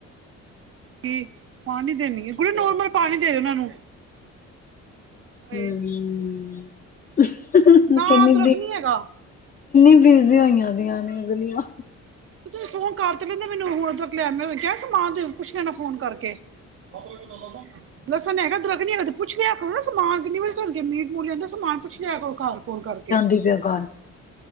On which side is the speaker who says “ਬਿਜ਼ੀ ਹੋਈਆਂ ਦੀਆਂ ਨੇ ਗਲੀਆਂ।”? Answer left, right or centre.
Left